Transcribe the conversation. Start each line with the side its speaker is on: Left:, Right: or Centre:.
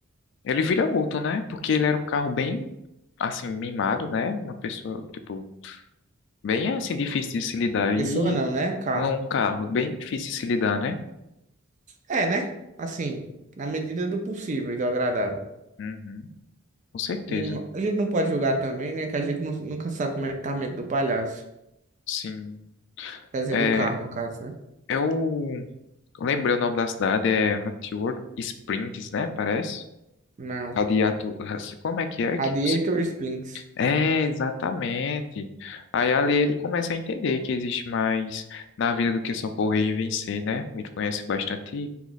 Left: Ele vira outro, né? Porque ele era um carro bem, assim, mimado, né? Uma pessoa, tipo, bem, assim, difícil de se lidar.
Right: Pessoa
Left: E
Right: não, né? Carro.
Left: é um carro bem difícil de se lidar, né?
Right: É, né? Assim, na medida do possível e do agradável.
Left: Uhum, com certeza.
Right: Não- a gente não pode julgar também, né? Que a gente nu- nunca sabe como é que tá a mente do palhaço.
Left: Sim.
Right: Quer dizer,
Left: É,
Right: do carro, no caso, né?
Left: eu lembrei o nome da cidade, é Hatfield Springs, né? Parece.
Right: Não.
Left: Radiato... Como é que é? Que...
Right: Radiator Splints.
Left: É, exatamente. Aí ali ele começa a entender que existe mais na vida do que só correr e vencer, né? Ele conhece bastante